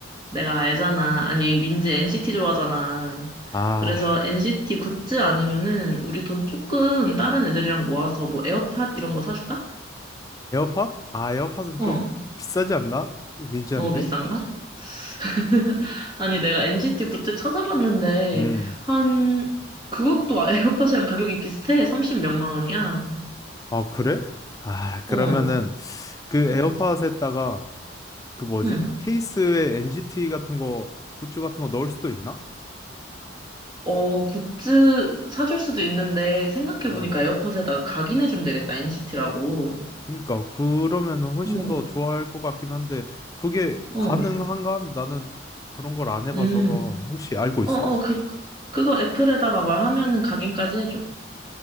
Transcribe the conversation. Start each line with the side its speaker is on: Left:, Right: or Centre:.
Right: 내가 알잖아. 아니, 민지 NCT 좋아하잖아.
Left: 아,
Right: 그래서 NCT 굿즈 아니면은 우리 돈 조금 다른 애들이랑 모아서 뭐 에어팟 이런 거 사줄까?
Left: 에어팟? 아, 에어팟은
Right: 어.
Left: 좀 비싸지 않나? 민지한테?
Right: 너무 비싼가? <laughs> 아니, 내가 NCT 굿즈 찾아봤는데,
Left: 음.
Right: 한, 그것도 아, 에어팟이랑 가격이 비슷해. 30 몇만 원이야.
Left: 아, 그래? 아, 그러면은
Right: 어,
Left: 그 에어팟에다가
Right: 응,
Left: 그 뭐지?
Right: 응.
Left: 케이스에 NCT 같은 거, 굿즈 같은 거 넣을 수도 있나?
Right: 어, 굿즈 사줄 수도 있는데, 생각해보니까
Left: 어.
Right: 에어팟에다가 각인해주면 되겠다, NCT라고.
Left: 그러니까 그러면은 훨씬
Right: 어,
Left: 더 좋아할 것 같긴 한데 그게
Right: 어,
Left: 가능한가? 나는 그런 걸 안 해봐서
Right: 음.
Left: 혹시 알고 있어?
Right: 어, 어, 그, 그거 애플에다가 말하면은 각인까지 해줘.